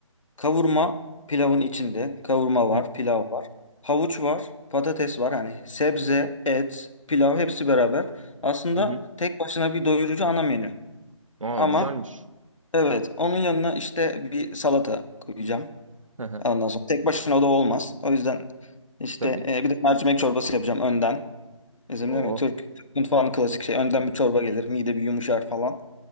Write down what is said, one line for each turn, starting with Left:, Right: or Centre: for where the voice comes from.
Left: Kavurma pilavın içinde. Kavurma var,
Right: Hı
Left: pilav var. Havuç var, patates var. Hani sebze, et, pilav hepsi beraber. Aslında
Right: hı. hı.
Left: tek başına bir doyurucu ana menü.
Right: Aa
Left: Ama
Right: güzelmiş.
Left: evet onun yanına işte bir salata koyacağım.
Right: Hı hı.
Left: Ondan sonra tek başına o da olmaz. O yüzden işte
Right: Tabii.
Left: e, bir de mercimek çorbası yapacağım önden. Bizim
Right: Oo.
Left: değil mi? Türk, Türk mutfağının klasik şey.
Right: <laughs>
Left: Önden bir çorba gelir. Mide bir yumuşar falan.